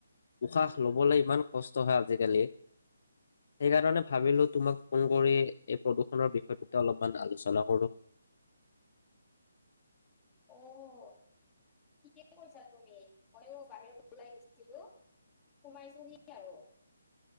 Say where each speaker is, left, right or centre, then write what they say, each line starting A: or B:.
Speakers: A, on the left; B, on the left.
A: উশাহ লবলৈ ইমান কষ্ট হয় আজিকালি সেইকাৰণে ভাবিলো তোমাক ফোন কৰি এই প্ৰদূষণৰ বিষয়ে। তে অলপমান আলোচনা কৰো
B: অ' কি কৈছা তুমি ময়ো বাহিৰত ওলাই গৈছিলো সোমাইছোহি আৰু